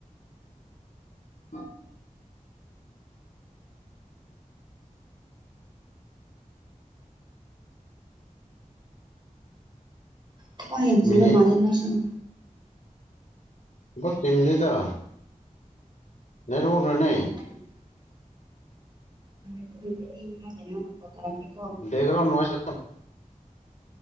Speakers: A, on the left; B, on the right.
A: <unintelligible>
B: ꯊꯋꯥꯛ ꯌꯥꯝꯡꯁꯤꯟꯕ
A: ꯃꯤꯅꯤꯠ
B: ꯃꯥꯗꯩꯅꯁꯤꯡ
A: ꯂꯛ ꯆꯤꯡꯁꯤꯗ ꯅꯦꯠꯋꯥꯛꯅꯅꯦ
B: <unintelligible> ꯎ ꯑꯗꯨ ꯑꯗꯨꯗꯤ ꯑꯩ ꯅꯍꯥꯗꯅ ꯑꯃꯨꯛꯇꯊꯊꯔꯛꯀꯦꯀꯣ
A: ꯗꯦꯘꯔꯣ ꯅꯣꯏ ꯆ